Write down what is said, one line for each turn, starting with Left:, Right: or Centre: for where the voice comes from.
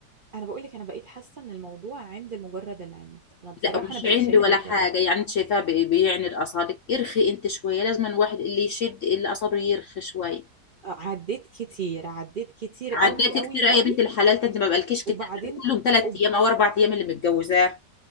Right: انا بقول لك انا بقيت حاسه ان الموضوع عند مجرد العند انا بصراحه
Left: لا مش
Right: انا بقيت
Left: عندي
Right: شايفاه
Left: ولا
Right: كده
Left: حاجة يعني انت شايفاها بي- بيعني الأصابع ارخي انت شوية لازم الواحد اللي يشد اللي أصابعه يرخي شوية
Right: عديت كتير عديت كتير
Left: عديت
Right: قوي قوي
Left: كتير يا
Right: قوي
Left: بنت الحلال انت ما بقالكيش كتير
Right: وبعدين
Left: كلهم ثلاث
Right: وب...
Left: ايام او اربع ايام اللي متجوزاه